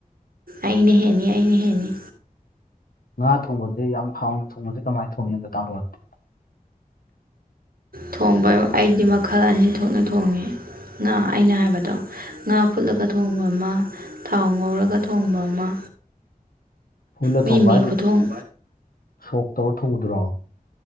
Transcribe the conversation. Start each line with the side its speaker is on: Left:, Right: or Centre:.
Right: ꯑꯩꯅ ꯍꯦꯟꯅꯤ ꯑꯩꯅ ꯍꯦꯟꯅꯤ
Left: ꯉꯥ ꯊꯣꯡꯕꯁꯦ ꯌꯥꯝ ꯍꯥꯎꯅ ꯊꯣꯡꯕꯁꯦ ꯀꯃꯥꯏ ꯊꯣꯡꯉꯅꯤ ꯑꯝꯇꯥ ꯇꯥꯛꯂꯛꯑꯣꯅꯦ ꯑꯗꯨꯗꯤ
Right: ꯊꯣꯡꯕ ꯑꯩꯗꯤ ꯃꯈꯜ ꯑꯅꯤ ꯊꯣꯛꯅ ꯊꯣꯡꯉꯦ ꯉꯥ ꯑꯩꯅ ꯍꯥꯏꯕꯗꯣ ꯉꯥ ꯐꯨꯠꯂꯒ ꯊꯣꯡꯕ ꯑꯃ ꯊꯥꯎ ꯉꯧꯔꯒ ꯊꯣꯡꯕ ꯑꯃ
Left: ꯐꯨꯠꯂꯥ
Right: ꯃꯤ
Left: ꯊꯣꯡꯕ
Right: ꯃꯤ
Left: ꯍꯥꯏꯁꯦ
Right: ꯈꯨꯊꯣꯡ
Left: ꯁꯣꯛ ꯇꯧꯔ ꯊꯣꯡꯕꯗꯨꯔꯣ